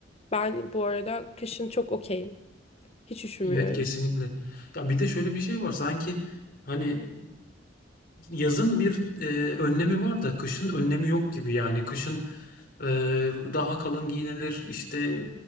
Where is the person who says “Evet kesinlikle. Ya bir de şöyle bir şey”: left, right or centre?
Left